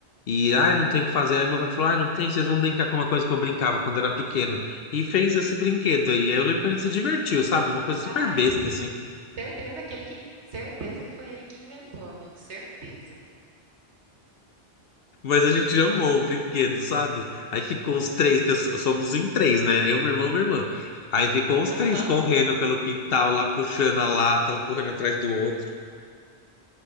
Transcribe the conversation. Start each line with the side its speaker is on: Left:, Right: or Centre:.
Left: E, ah, não tem o que fazer. Aí meu pai falou, ah, não tem, vocês vão brincar com uma coisa que eu brincava quando era pequeno. E fez esse brinquedo aí. Aí eu lembro que a gente se divertiu, sabe? Uma coisa super
Right: Ai,
Left: besta, assim.
Right: certeza que ele que, certeza que foi ele que inventou, amigo, certeza.
Left: Mas a gente amou o brinquedo, sabe? Aí ficou os três, que so- somos em três, né? Eu, meu irmão, minha irmã. Aí ficou os
Right: Aham.
Left: três correndo pelo quintal, lá puxando a lata, um correndo atrás do outro.